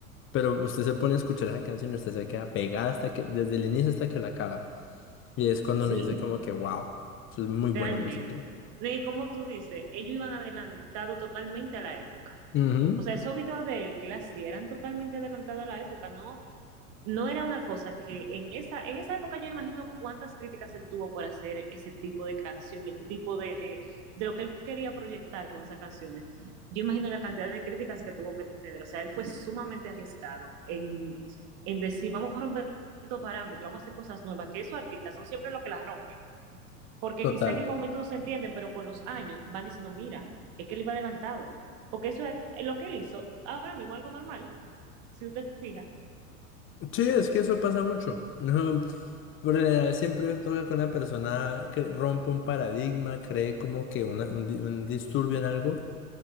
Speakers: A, on the left; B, on the right.
A: pero usted se pone a escuchar esa canción y usted se queda pegada hasta que, desde el inicio hasta que la acaba. Y es cuando
B: Sí,
A: uno dice como que, wow, eso es muy
B: realmente.
A: buena música.
B: No, Y como tú dices, ellos iban adelantados totalmente a la época.
A: Ujú,
B: O sea, esos videos de él que él hacía eran totalmente adelantados a la época, ¿no? No era una cosa que en esa, en esa época yo imagino cuántas críticas él tuvo por hacer ese tipo de canción, el tipo de, de lo que él quería proyectar con esas canciones. Yo imagino la cantidad de críticas que tuvo que tener. O sea, él fue sumamente arriesgado en, en decir, vamos a romper estos parámetros, vamos a hacer cosas nuevas, que esos artistas son siempre los que las rompen porque
A: total.
B: quizá en el momento no se entienden, pero con los años van diciendo, mira, es que él iba adelantado, porque eso es lo que él hizo, ahora mismo algo normal, si tú te fijas.
A: Sí, es que eso pasa mucho. <laughs> Ujú. Por lo general, siempre toca con una persona que rompe un paradigma, cree como que una- un, di- un disturbio en algo,